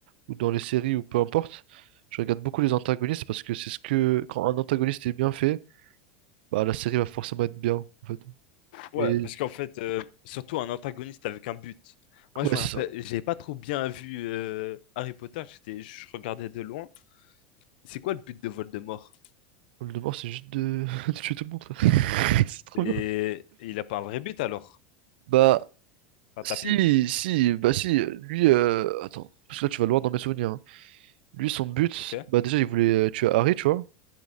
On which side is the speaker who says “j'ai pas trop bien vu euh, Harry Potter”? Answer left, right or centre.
Left